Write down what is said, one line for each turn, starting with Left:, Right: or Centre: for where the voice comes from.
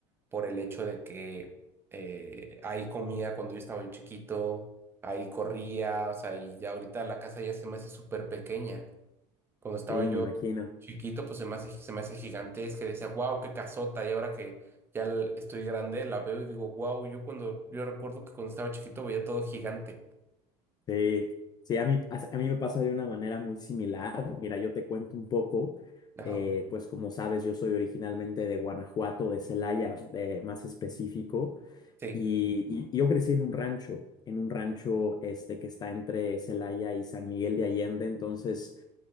Right: por el hecho de que eh, ahí comía cuando yo estaba chiquito, ahí corría, o sea, y ya ahorita la casa ya se me hace súper pequeña. Cuando estaba
Left: Sí,
Right: yo
Left: me imagino.
Right: chiquito, pues se me hace, se me hace gigantesca, y decía, wow, qué casota, y ahora que ya l- estoy grande, la veo y digo, wow, yo cuando, yo recuerdo que cuando estaba chiquito veía todo gigante.
Left: Sí, sí, a mí, a, a mí me pasa de una manera muy similar. Mira, yo te cuento un poco,
Right: Ajá,
Left: eh, pues como sabes, yo soy originalmente de Guanajuato, de Celaya, eh, más específico,
Right: sí.
Left: y, y- y yo crecí en un rancho, en un rancho este que está entre Celaya y San Miguel de Allende, entonces...